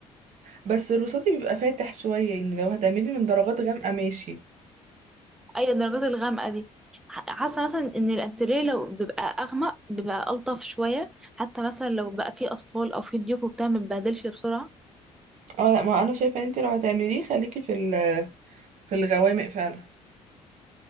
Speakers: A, on the right (about 65°); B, in the centre.
A: بس الرصاصي بيبقى فاتح شوية يعني لو هتعملي من درجات غامقة ماشي
B: أي الدرجات الغامقة دي ح- حاسة مثلا إن الأنتريه لو بيبقى أغمق بيبقى ألطف شوية حتى مثلا لو بقى فيه أطفال أو فيه ضيوف وبتاع متبهدلش بسرعة
A: اه لا ما انا شايفه ان انت لو هتعمليه خليكي في ال- في الغوامق فعلا